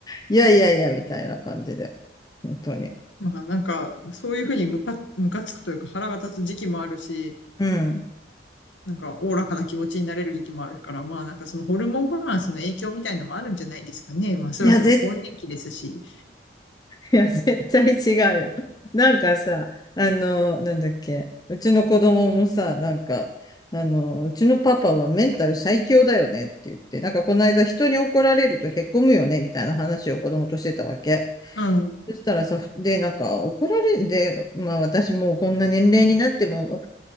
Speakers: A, on the left; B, on the left.
A: いやいやいや、みたいな感じで、本当に。
B: まあなんか、そういうふうにムカ、ムカつくというか腹が立つ時期もあるし、
A: うん。
B: なんか、おおらかな気持ちになれる時期もあるから、まあ、なんかそのホルモンバランスの影響みたいのもあるんじゃないですかね。まあ、そろそろ更年期ですし。
A: いや、絶いや、絶対違うよ。なんかさ、あの、なんだっけ、うちの子供もさ、なんか、あの、うちのパパはメンタル最強だよねって言って、なんかこの間人に怒られるとへこむよねみたいな話を子供としてたわけ。
B: うん、う
A: そしたらさ、で、なんか怒られんで、まあ私もうこんな年齢になっても